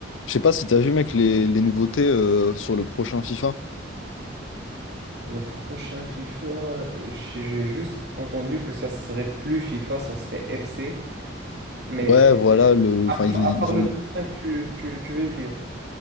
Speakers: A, on the left; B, on the right.
A: Je sais pas si t'as vu, mec, les, les nouveautés euh, sur le prochain FIFA.
B: Le prochain FIFA, j'ai j'ai juste entendu que ça serait plus FIFA, ça serait FC. Mais
A: Ouais, voilà, le,
B: à,
A: enfin,
B: part
A: ils, ont- ils
B: à part le
A: ont.
B: 25, tu, tu, tu veux dire?